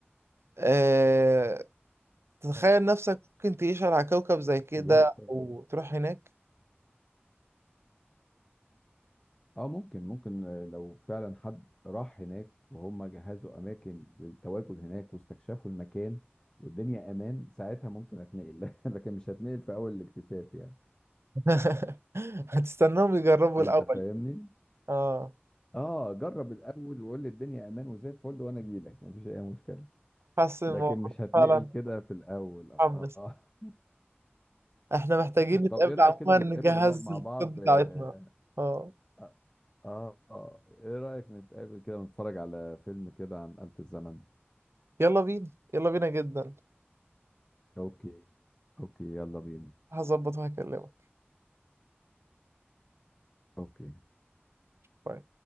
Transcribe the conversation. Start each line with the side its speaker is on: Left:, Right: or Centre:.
Right: آه تتخيل نفسك ممكن تعيش على كوكب زي كده
Left: الواحد فعلا-
Right: او تروح هناك
Left: اه ممكن ممكن آه، لو فعلا حد راح هناك وهم جهزوا اماكن للتواجد هناك واستكشفوا المكان والدنيا امان ساعتها ممكن اتنقل <laughs> لكن مش هتنقل في اول الاكتشاف يعني
Right: <laughs> هتستناهم يجربوا
Left: انت
Right: الأول
Left: فاهمني
Right: اه
Left: اه جرب الاول وقول لي الدنيا امان وزي الفل وانا اجي لك مفيش اي مشكله
Right: حاسس إن
Left: لكن
Right: الموضوع
Left: مش هتنقل
Right: فعلا
Left: كده في الاول
Right: محمس
Left: اه
Right: احنا محتاجين
Left: <laughs>
Right: نتقابل
Left: طب ايه رايك
Right: عموما
Left: كده نتقابل
Right: نجهز
Left: ونقعد مع
Right: الخطط
Left: بعض
Right: بتاعتنا
Left: آه
Right: اه
Left: اه, آه. آه. ايه رايك نتقابل كده ونتفرج على فيلم كده عن آلة الزمن
Right: يلا بينا يلا بينا جدا
Left: اوكي اوكي يلا بينا
Right: هظبط وهكلمك
Left: اوكي
Right: باي.